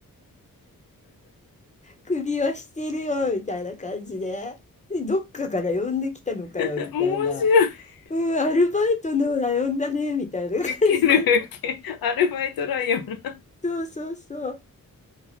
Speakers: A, on the left; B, on the left.
A: 首はしてるよみたいな感じで。でどっかから呼んできたのかよみたいな。
B: 面白い。面白い。
A: うん、アルバイトのライオンだね、みたいな感じで。
B: <laughs> ウケる、ウケる。アルバイトライオン。
A: そうそうそう。